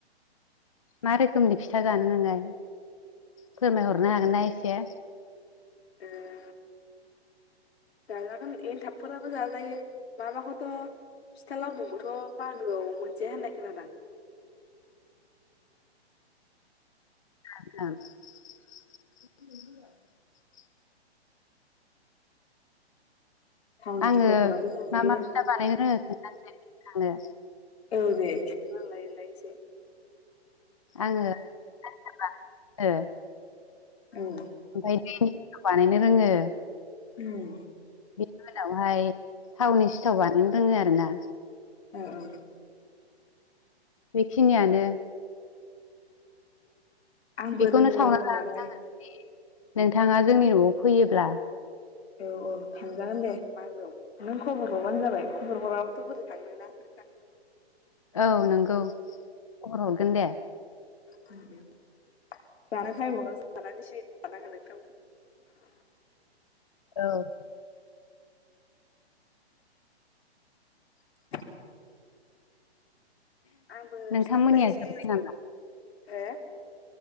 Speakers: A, on the left; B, on the left.
A: मा रोखोमनि फिथा जानो नोंलाय? फोरमायहरनो हागोनना एसे
B: उम जाजागोन एनथाबफोराबो जाजायो माबाखौथ' फिथा लावदुमखौथ' मागोआव मोनजाया होननाय खोनादां।
A: <unintelligible>
B: थावनि
A: आङो
B: सिथावफोराबो जाजायो
A: मा मा फिथा बानायनो रोङो खोन्थानोसै नोंथांनो।
B: औ दे खिथा ना लायलाय एसे
A: आङो फिथा एनथाब बानायनो रोङो।
B: उम
A: ओमफाय दैनि सिथाव बानायनो रोङो।
B: उम
A: बिनि उनावहाय थावनि सिथाव बानायनो रोङो आरो ना।
B: ओ औ
A: बेखिनियानो।
B: आंबो
A: बेखौनो
B: रोङो
A: सावना
B: रोंनायालाय
A: जाहोगोन आङो। नोंथाङा जोंनि न'आव फैयोब्ला।
B: औ औ थांजागोन दे मागोआव नों खबर हरबानो जाबाय। खबर हराबाथ' बोरै थांनो ना नोंथां। <inaudible>
A: औ नंगौ खबर हरगोन दे।
B: जानाय टायमावल' जानानै सिरि थानाङा नोंथां मोनहा।
A: औ
B: <inaudible> आंबो
A: नोंथांमोननिया
B: फिथाखौलाय एसे
A: जोब्बाय नामा
B: हो